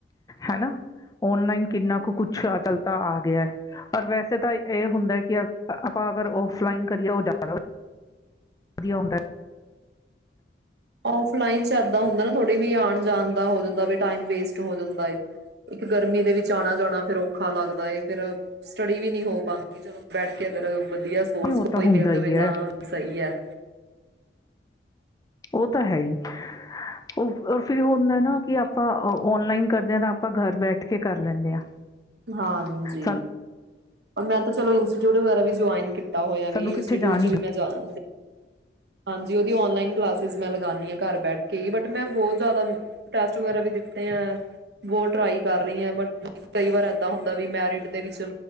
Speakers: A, on the left; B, on the right.
A: ਹਨਾ ਓਨਲਾਈਨ ਕਿੰਨਾ ਕੁ ਕੁਛ ਅੱਜ ਕਲ ਤਾਂ ਆ ਗਿਆ ਹੈ ਰ ਵੈਸੇ ਤਾਂ ਇਹ ਹੁੰਦਾ ਕਿ ਆਪਾਂ ਅਗਰ ੳਫਲਾਈਨ ਕਰੀਏ ਉਹ ਜਾ ਵਧੀਆ ਹੁੰਦਾ ਏ
B: ਔਫਲਾਇਨ ਚ ਦਾਂ ਹੁੰਦਾ ਨਾ, ਥੋੜ ਵੀ ਆ ਜਾਣ ਦਾ ਹੋ ਜਾਂਦਾ, ਟਮ ਵੇਸਟ ਹੋ ਜਾਂਦਾ ਹੈ, ਇੱਕ ਗਰਮੀ ਦੇ ਵਿੱਚ ਆਣਾ ਜਾਣਾ ਔਖਾ ਲੱਗਦਾ। ਫਿਰ ਸਟੱਡੀ ਵੀ ਨਹੀਂ ਹੋ ਪਾਬੰਦੀ, ਚਲੋ। ਬੈਠ ਕੇ ਅਗਰ ਵਧੀਆ
A: ਨਹੀਂ
B: ਸੋਰਸ
A: ਉਹ
B: ਕੋਈ
A: ਤਾਂ ਹੁੰਦਾ
B: ਮਿਲ ਜਾਵੇ,
A: ਹੀ
B: ਤਾਂ
A: ਹੈ
B: ਸਹੀ ਹੈ।
A: ਉਹ ਤਾਂ ਹੈ ਹੀ, ਉਹ ਫਿਰ ਹੁੰਦਾ ਨਾ ਕਿ ਆਪਾਂ ਉਨਲਾਈਨ ਕਰਦੇ ਹਾਂ, ਤਾਂ ਆਪਾਂ ਘਰ ਬੈਠ ਕੇ ਕਰ ਲੈਂਦੇ ਹਾਂ।
B: ਹਾਂਜੀ।
A: ਸਾਨੂੰ
B: ਮੈਂ ਚਲ ਇੰਸਟੀਟਿਊਟ ਵਗੈਰਾ ਵੀ ਜੁਆਇਨ ਕੀਤਾ। ਕੀਤਾ ਹੋਇਆ
A: ਸਾਨੂੰ
B: ਵੀ, ਇੰਸਟੀਟਿਊਟ
A: ਕਿੱਥੇ ਜਾਣੀ
B: ਚ ਵੀ ਮੈਂ ਜੋਇਨ ਹਾਂਜੀ ਉਹਦੀ ਓਨਲਾਈਨ ਕਲਾਸਿਸ ਮੈਂ ਲਾਂਦੀ ਆ ਘਰ ਬੈਠ ਕੇ, ਬਟ ਮੈਂ ਬਹਤ ਜਿਆਦਾ ਟੈਸਟ ਵਗੈਰਾ ਵੀ ਦਿਤੇ ਆ, ਬਹੁਤ ਟਰਾਈ ਕਰ ਰਹੀ ਆ, ਬਟ ਕਈ ਵਾਰ ਏਦਾਂ ਹੁੰਦਾ ਮੈਰਿਟ ਦੇ ਵਿਚ